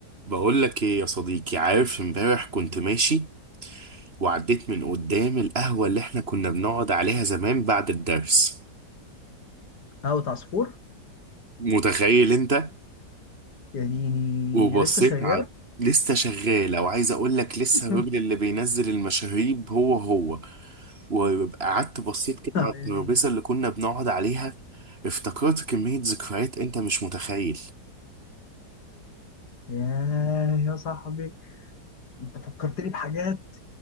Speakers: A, on the right (about 35°); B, on the left (about 65°).
A: بقول لك ايه يا صديقي عارف امبارح كنت ماشي وعديت من قدام القهوة اللي احنا كنا بنقعد عليها زمان بعد الدرس
B: قهوة عصفور
A: متخيل انت
B: يا ديني
A: وبصيت
B: لسه شغالة
A: على لسه شغالة وعايز اقول لك لسه
B: <laughs>
A: الراجل اللي بينزل المشاريب هو هو وقعدت بصيت كده على الترابيزة
B: يا ديني
A: اللي كنا بنقعد عليها افتكرت كمية ذكريات انت مش متخيل
B: ياه يا صاحبي انت فكرتني بحاجات